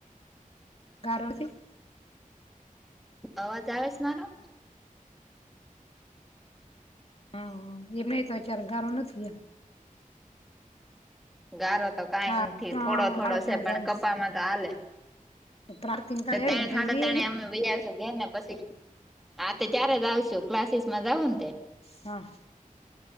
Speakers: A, on the left (about 45°); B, in the centre.
A: <unintelligible>
B: અવાજ આવે છે મારો?
A: હા એમ નહ તો અચાર ગારો નથી એમ
B: ગારો તો કઈ
A: હા
B: નથી
A: ત્રણ
B: થોડો થોડો
A: સાડા ત્રણ
B: છે પણ
A: જ આવું
B: કપામાં તો હાલે
A: પ્રાર્થી ને કાલે આવીને
B: તે
A: ભેગવી
B: હા તે અમે. શ ઘેર ને પછી હા તે ત્યારે જ આવશુ ક્લાસીસ માં જવું ને તે.
A: હા.